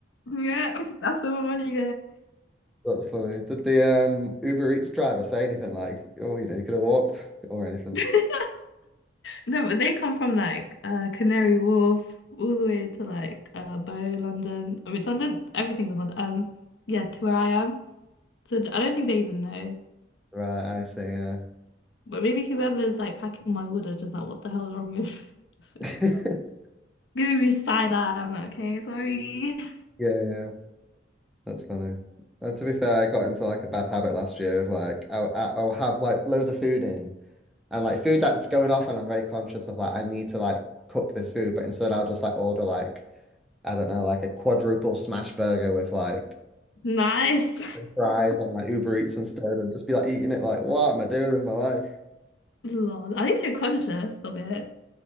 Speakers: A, on the left; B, in the centre.
A: Yeah, that's where my money
B: That's funny. Did the um Uber Eats driver say anything like, "Oh, you know, you could have walked" or anything?
A: goes. <laughs> No, but they come from like uh Canary Wharf all the way to like uh Bow, London. I mean London, everything's in London. Um yeah, to where I am. So I don't think they even know.
B: Right, I see. Yeah.
A: But maybe whoever's like packing my order is just like, what the hell's wrong with <laughs>
B: <laughs>
A: giving me side eye. I'm like, okay, sorry. <laughs>
B: Yeah, yeah, that's funny. Uh, to be fair, I got into like a bad habit last year of like I, I- I'll have like loads of food in and like food that's going off, and I'm very conscious of like I need to like cook this food, but instead I'll just like order like I don't know like a quadruple smash burger with like
A: Nice.
B: fries on like Uber Eats instead, and just be like eating it like what am I doing with my life?
A: <laughs> Lol. At least you're conscious of it.